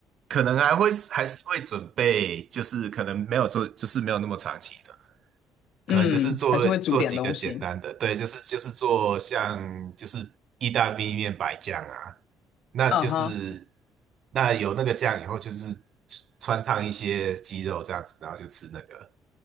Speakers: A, on the right (about 55°); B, on the left (about 60°).
A: 可能还会还是会准备，就是可能没有做，就是没有那么长期的。可能就是做做几个简单的，
B: 嗯，还是会煮点东西。
A: 对，就是就是做像就是意大利面白酱啊，那就是
B: 啊哈，
A: 那有那个酱以后，就是穿烫一些鸡肉这样子，然后就吃那个，